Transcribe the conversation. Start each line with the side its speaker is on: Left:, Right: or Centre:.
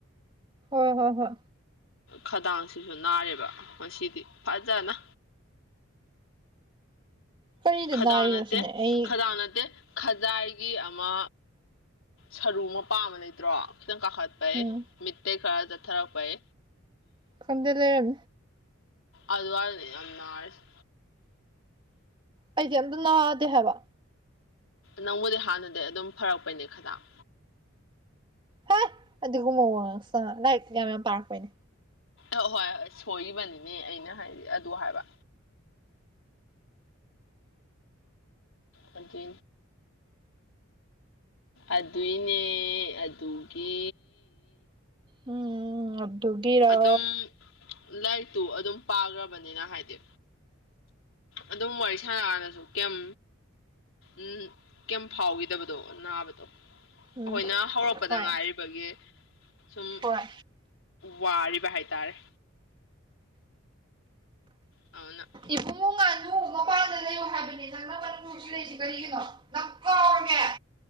Right: ꯍꯣꯏ ꯍꯣꯏ ꯍꯣꯏ
Left: ꯈꯗꯥꯡꯁꯤꯁꯨ ꯅꯥꯔꯦꯕ ꯉꯗꯤ ꯐꯖꯅ
Right: ꯀꯔꯤꯗ
Left: ꯈꯗꯥꯅꯠꯇ
Right: ꯅꯥꯔꯤꯅꯣ ꯁꯤꯅꯦ ꯑꯩ
Left: ꯈꯗꯥꯅꯇ ꯈꯖꯥꯏꯒꯤ ꯑꯃ ꯁꯔꯨ ꯃꯄꯥ ꯑꯃ ꯂꯩꯇ꯭ꯔꯣ ꯈꯤꯇꯪ ꯀꯥꯈꯠ <unintelligible>
Right: ꯎꯝ ꯈꯟꯗ ꯂꯩ
Left: ꯑꯜꯋꯥꯏꯗ ꯌꯥꯝ ꯔꯁ
Right: ꯑꯩꯗꯤ ꯑꯝꯇ ꯅꯥꯗꯦ ꯍꯥꯏꯕ
Left: ꯅꯪꯕꯨꯗꯤ ꯍꯥꯟꯅꯗꯤ ꯑꯗꯨꯝ ꯐꯔꯛꯄꯩꯅꯦ ꯈꯈꯤꯗꯥꯪ
Right: ꯍꯥꯏ ꯑꯗꯨꯒꯨꯝ ꯃꯑꯣꯡꯉ ꯁꯥ ꯂꯥꯏꯛ ꯌꯥꯝ ꯌꯥꯝ ꯄꯥꯔꯛꯄꯩꯅꯦ
Left: ꯑꯍꯣꯏ ꯍꯣꯏ ꯁꯣꯏꯔꯤꯕꯅꯤꯅꯦ ꯑꯩꯅ ꯍꯥꯏꯗꯤ ꯑꯗꯨ ꯍꯥꯏꯕ ꯑꯗꯨ ꯑꯗꯨꯏꯅꯦ ꯑꯗꯨꯒꯤ
Right: ꯎꯝ ꯑꯗꯨꯒꯤꯔꯣ
Left: ꯑꯗꯨꯝ ꯂꯥꯏꯔꯤꯛꯇꯨ ꯑꯗꯨꯝ ꯄꯥꯈ꯭ꯔꯕꯅꯤꯅ ꯍꯥꯏꯗꯤ ꯑꯗꯨꯝ ꯋꯥꯔꯤ ꯁꯥꯟꯅꯑꯗꯁꯨ ꯀꯩꯝ ꯎꯝ ꯀꯩ ꯐꯥꯎꯈꯤꯗꯕꯗꯣ ꯅꯥꯕꯗꯣ ꯑꯩꯈꯣꯏꯅ
Right: ꯎꯝ
Left: ꯍꯧꯔꯛꯄꯗ
Right: ꯍꯣꯏ
Left: ꯉꯥꯏꯔꯤꯕꯒꯤ ꯁꯨꯝ
Right: ꯍꯣꯏ
Left: ꯋꯥꯔꯤꯕ ꯍꯥꯏꯇꯥꯔꯦ ꯑꯧꯅ
Right: ꯏꯐꯨꯡ ꯉꯥꯅꯨ ꯃꯄꯥꯟꯗ ꯂꯩꯌꯨ ꯍꯥꯏꯕꯅꯦ ꯅꯪ ꯎꯔꯦ